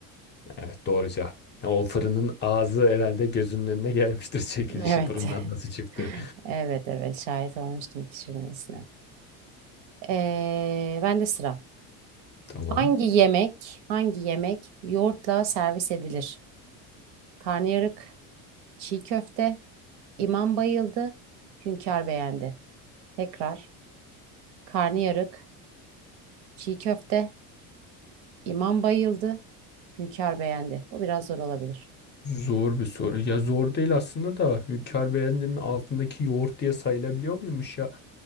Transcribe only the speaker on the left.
Evet doğru cevap. Ya o fırının ağzı herhalde gözünün önüne gelmiştir <laughs> çekilişi
fırından
nasıl çıktı.
Tamam.
Zor bir soru. Ya zor değil aslında da Hünkar beğendinin altındaki yoğurt diye sayılabiliyor muymuş ya?